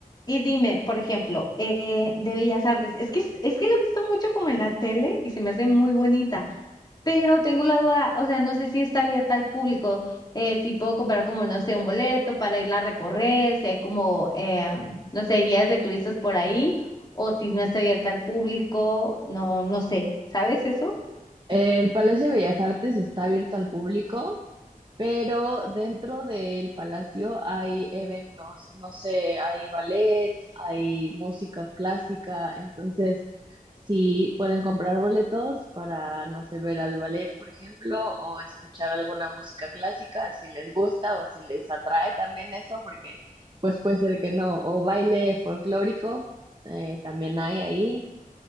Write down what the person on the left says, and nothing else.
y dime, por ejemplo, eh, de Bellas Artes, es que, es que la he visto mucho como en la tele y se me hace muy bonita. Pero tengo la duda, o sea, no sé si está abierta al público, eh, si puedo comprar como, no sé, un boleto para irla a recorrer, si hay como, eh, no sé, guías de turistas por ahí, o si no está abierta al público, no, no sé, ¿sabes eso?